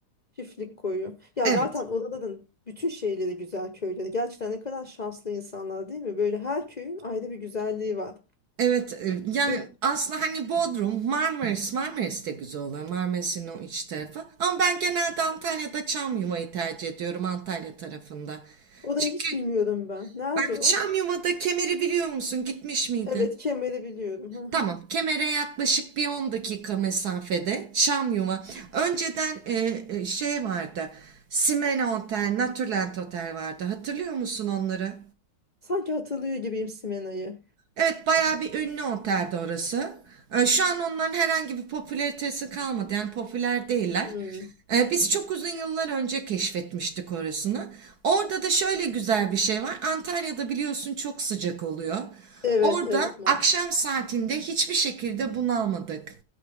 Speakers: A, on the left; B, on the right.
A: Çiftlik koyu. Ya
B: Evet.
A: zaten oraların bütün şeyleri güzel köyleri. Gerçekten ne kadar şanslı insanlar değil mi? Böyle her köyün ayrı bir güzelliği var.
B: Evet, e, yani
A: Dök-
B: aslında hani Bodrum, Marmaris, Marmaris de güzel oluyor. Marmaris'in o iç tarafı. Ama ben genelde Antalya'da Çamyuva'yı tercih ediyorum Antalya tarafında.
A: Orayı
B: Çünkü
A: hiç bilmiyorum ben. Nerede
B: ben
A: o?
B: Çamyuva'da Kemer'i biliyor musun? Gitmiş miydin?
A: Evet, Kemer'i biliyorum. Hı
B: Tamam,
A: hı.
B: Kemer'e yaklaşık bir 10 dakika mesafede Çamyuva. Önceden e, e, şey vardı. Simene Otel, Naturland Otel vardı. Hatırlıyor musun onları?
A: Sanki hatırlıyor gibiyim Simena'yı.
B: Evet bayağı bir ünlü otelde orası. Ee, Şu an onların herhangi bir popülaritesi kalmadı. Yani popüler değiller.
A: Hmm.
B: Ee, Biz çok uzun yıllar önce keşfetmiştik orasını. Orada da şöyle güzel bir şey var. Antalya'da biliyorsun çok sıcak oluyor.
A: Evet,
B: Orada
A: evet. Ma.
B: akşam saatinde hiçbir şekilde bunalmadık.